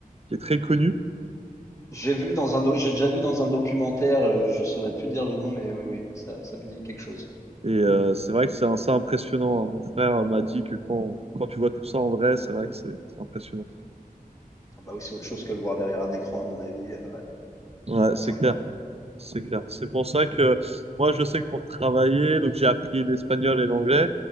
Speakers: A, on the right; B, on the left.
A: qui est très connue.
B: J'ai vu dans un do- j'ai déjà vu dans un documentaire, euh, je saurais plus dire le nom, mais oui, oui, ça, ça me dit quelque chose.
A: Et euh, c'est vrai que c'est assez impressionnant. hein. Mon frère m'a dit que quand, quand tu vois tout ça en vrai, c'est vrai que c'est c'est impressionnant.
B: Ah Bah oui, c'est autre chose que le voir derrière un écran, à mon avis. euh, ouais,
A: Ouais,
B: ça doit être
A: c'est
B: sympa.
A: clair, c'est clair. C'est pour ça que moi, je sais que pour travailler, donc j'ai appris l'espagnol et l'anglais,